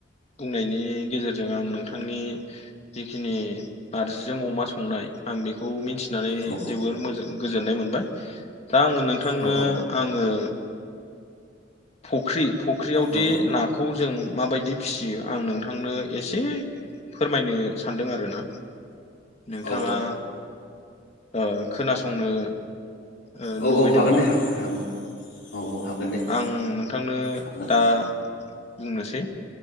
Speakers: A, on the left (about 35°); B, on the left (about 85°).
A: बुंनायनि गेजेरजों आं नोंथांनि जिखिनि नारजिजों अमा संनाय आं बेखौ मिन्थि नानै
B: औ
A: जोबोर मोजां गोजोननाय मोनबाय दा आङो नोंथांनो
B: औ
A: आङो फख्रि फख्रियावदि
B: औ
A: नाखौ जों माबायदि फिसियो आं नोंथांनो एसे फोरमायनो सानदों आरोना नोंथाङा
B: औ
A: ओ खोनासंनो ओ
B: औ
A: लुबैदोंबा
B: औ हागोन दे हागोन हागोन औ औ हागोन दे।
A: आं नोंथांनो
B: हागोन
A: दा बुंनोसै